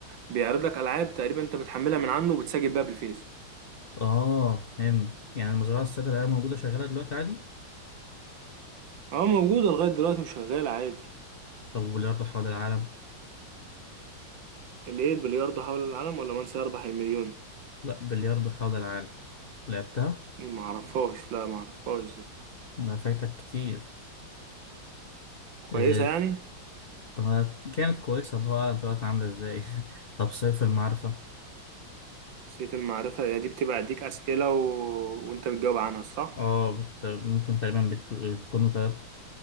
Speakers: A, on the right (about 70°); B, on the left (about 70°).
A: بيعرض لك العاب تقريبا انت بتحملها من عنه وبتسجل بيها بالفيس
B: اه فهمت يعني المزرعه السعيده اللي هي موجوده شغاله دلوقتي عادي
A: اه موجوده لغايه دلوقتي وشغاله عادي
B: طب وبلياردو حول العالم
A: اللي ايه البلياردو حول العالم ولا من سيربح المليون
B: لا بلياردو حول العالم لعبتها
A: ما اعرفهاش لا ما اعرفهاش دي
B: ما فايتك كتير
A: كويسه
B: إيه.
A: يعني
B: آه، كانت كويسه الله اعلم دلوقتي عامله ازاي <laughs> طب سيف المعرفه
A: سيف المعرفه هي دي بتبقى اديك اسئله و... وانت بتجاوب عنها صح
B: اه بت- ممكن تقريبا بت- بتكونوا تلات